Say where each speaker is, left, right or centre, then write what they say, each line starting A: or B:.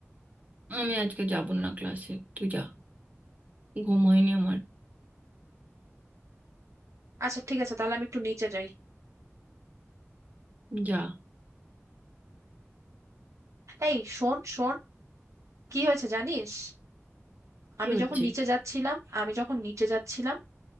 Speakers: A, on the right; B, on the right.
A: আমি আজকে যাব না ক্লাসে তুই যা ঘুম হয়নি আমার
B: আচ্ছা ঠিক আছে তাহলে আমি একটু নিচে যাই
A: যা
B: এই শোন শোন কি হয়েছে জানিস
A: কি
B: আমি
A: হচ্ছে
B: যখন নিচে যাচ্ছিলাম আমি যখন নিচে যাচ্ছিলাম